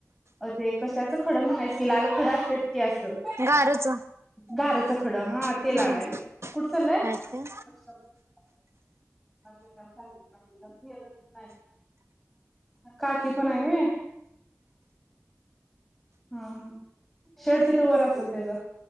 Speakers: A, in the centre; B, on the right.
A: ते कशाचं खडं म्हणायचं, की लाल खडं असते. हे असं,
B: गारच
A: गारच खड, हा.
B: हम्म,
A: ते लागायलय कुठ चाललाय
B: आहेत का?
A: <inaudible> काकी पण आहे होय? हा-हा शर्ट तिथ वर असेल त्याचा.